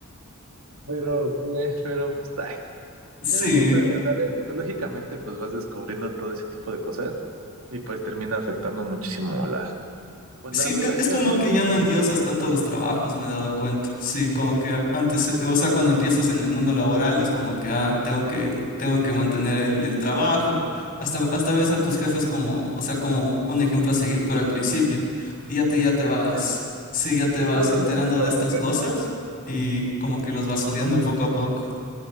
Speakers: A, on the right; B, on the left.
A: Pero, eh, pero, pues, ay,
B: Sí,
A: eso siempre van a ver. Y pues lógicamente, pues vas descubriendo todo ese tipo de cosas y pues termina afectando muchísimo la, pues
B: Sí,
A: la relación,
B: e- es como
A: ¿no?
B: que ya no endiosas tanto los trabajos, me he dado cuenta. Sí, como que antes, eh, o sea, cuando empiezas en el mundo laboral es como que, ah, tengo que, tengo que mantener el, el trabajo. Hasta, hasta ves a tus jefes como, o sea, como un ejemplo a seguir, pero al principio. Y ya te, ya te vas,
A: Eh,
B: sí, ya te
A: pues
B: vas
A: te vas dando
B: enterando
A: cuenta
B: de
A: de
B: estas
A: la realidad.
B: cosas y como que los vas odiando poco a poco.